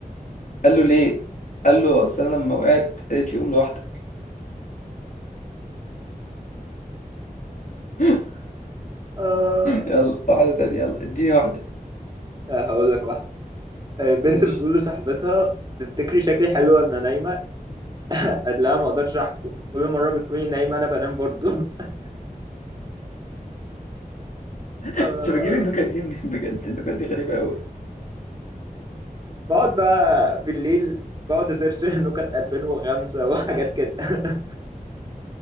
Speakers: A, on the left; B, on the right.
A: قال له ليه قال له اصل انا لما وقعت قالت لي قوم لوحدك <laughs>
B: آه.
A: يلا واحده تانية يلا اديني واحده
B: هقول لك واحد آه، بنت
A: ماشي
B: بتقول لصاحبتها تفتكري شكلي حلو وانا نايمه قال لا ما اقدرش احكم كل مره بتكوني نايمه انا بنام برضو <laughs>
A: انت
B: آه،
A: بتجيب النكت دي منين <laughs> بجد النكت دي غريبه قوي
B: بقعد بقى بالليل بقعد اسيرش نكت 2005 وحاجات كده <laughs>